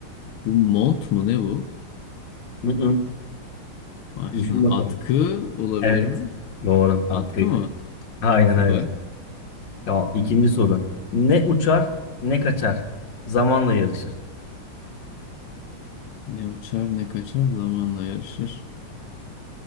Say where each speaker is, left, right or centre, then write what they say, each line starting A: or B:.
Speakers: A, on the left; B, on the left.
A: bu mont mu ne bu?
B: Hı hı.
A: Başlığın
B: Düşün bakalım.
A: atkı olabilir
B: Evet.
A: mi?
B: Doğru. Atkıydı.
A: Atkı mı?
B: Aynen
A: Süper.
B: öyle. Tamam. İkinci soru. Ne uçar, ne kaçar. Zamanla yarışır.
A: Ne uçar ne kaçar zamanla yarışır.